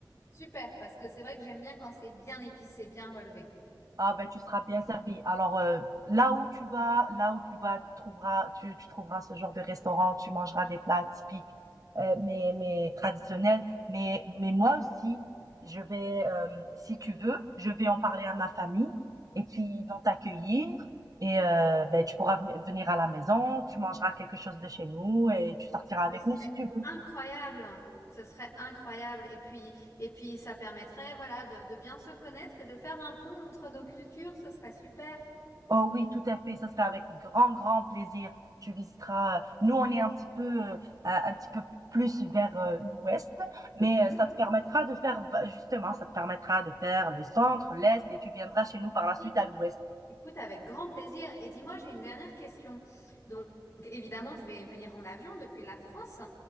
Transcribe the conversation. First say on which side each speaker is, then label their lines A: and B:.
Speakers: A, on the left; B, on the right.
A: super, parce que c'est vrai que j'aime bien quand c'est bien épicé, bien relevé.
B: Ah ben tu seras bien servi. Alors euh, là où tu vas, là où tu vas, tu trouveras, tu, tu trouveras ce genre de restaurant, tu mangeras des plats typiques, euh, mais, mais traditionnels. Mais, mais moi aussi, je vais, euh, si tu veux, je vais en parler à ma famille et puis ils vont t'accueillir et euh, ben, tu pourras venir venir à la maison, tu mangeras quelque chose de chez nous et tu sortiras avec
A: Ce serait
B: nous si tu veux.
A: incroyable. hein. Ce serait incroyable. Et puis, et puis ça permettrait, voilà, de, de bien se connaître et de faire un pont entre nos cultures. Ce serait super.
B: Oh oui, tout à fait, ça sera avec grand, grand plaisir. Tu visiteras, euh, nous on est un petit peu, heu, un un petit peu plus vers, heu, l'ouest, mais
A: Mhm.
B: heu, ça te permettra de faire, bah, justement, ça te permettra de faire le centre, l'est et tu viendras chez nous par la suite
A: Oui.
B: à l'ouest.
A: Écoute, avec grand plaisir. Et dis-moi, j'ai une dernière question. Donc, donc, évidemment, je vais venir en avion depuis la France.